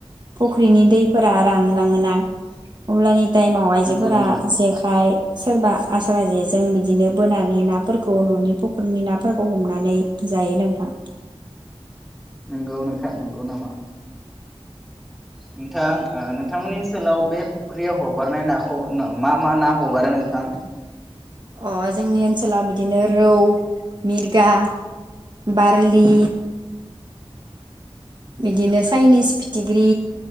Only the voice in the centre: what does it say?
नंगौ नोंथां
नंगौ नोंथां नंगौ नामा नोंथां ओ नोंथांमोननि ओनसोलाव बे फुख्रियाव हगारनाय नाखौ मा मा ना हगारो नोंथां?